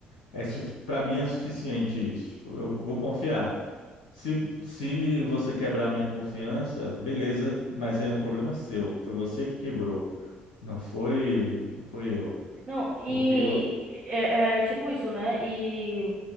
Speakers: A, on the left; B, on the right.
A: É, para mim é suficiente isso. Tipo, eu vou confiar. Se, se você quebrar a minha confiança, beleza, mas aí é um problema seu. Foi você que quebrou. Não foi, não foi eu.
B: Não, e
A: Porque eu,
B: é, é tipo isso, né? E